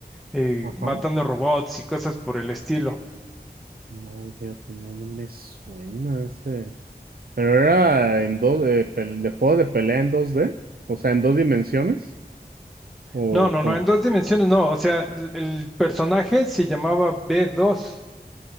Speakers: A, in the centre; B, on the right.
A: eh,
B: ajá.
A: matando robots y cosas por el estilo.
B: No, fíjate, no, no me suena ese. Pero era en dos, de, pel- de juego de pelea en dos d o sea, en dos dimensiones, o
A: No, no,
B: con...
A: no, en dos dimensiones no. O sea, el, el personaje se llamaba b dos